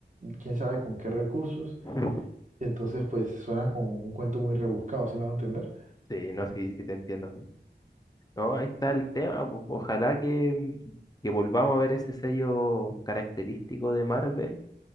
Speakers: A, on the right; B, on the left.
A: quién sabe con qué recursos,
B: <laughs>
A: y entonces, pues suena como un cuento muy rebuscado, ¿sí me van a entender?
B: Sí, no, sí, sí te entiendo. No, ahí está el tema. pues, Ojalá que, que volvamos a ver ese sello característico de Marvel